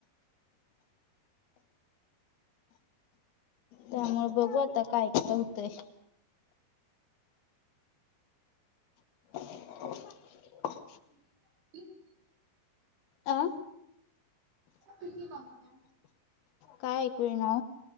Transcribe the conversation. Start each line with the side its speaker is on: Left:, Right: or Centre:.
Left: त्यामुळ बघू आता काय काय होतंय. <unintelligible>
Right: <unintelligible>
Left: आ?
Right: किती कंपन्या
Left: काय ऐकू येईना.